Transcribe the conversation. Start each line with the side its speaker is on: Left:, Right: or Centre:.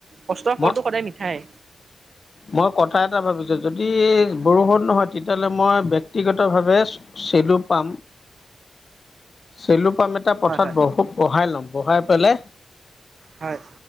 Right: কষ্টৰ
Left: মই
Right: ফলটো সদায় মিঠায়ে।
Left: মই কথা এটা ভাবিছোঁ যদি বৰষুণ নহয় তেতিয়াহ'লে মই ব্যক্তিগতভাৱে চেলু পাম চেলু পাম এটা পথাৰত
Right: হয় হয়
Left: বহায় লম বহাই পেলে
Right: হয়